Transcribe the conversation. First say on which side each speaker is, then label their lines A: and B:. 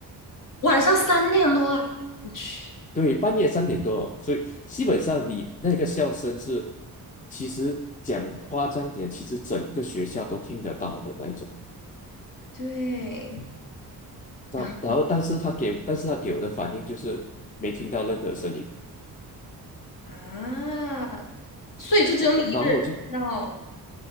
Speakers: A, on the left; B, on the left.
A: 晚上三点多了我去，
B: 对，半夜三点多，所以基本上你那个笑声是，其实讲夸张点，其实整个学校都听得到的那一种。
A: 对，
B: 那然后，
A: 然后
B: 但是他给，但是他给我的反应就是没听到任何声音，
A: 啊，所以就只有你一个人听到，
B: 然后然后我就，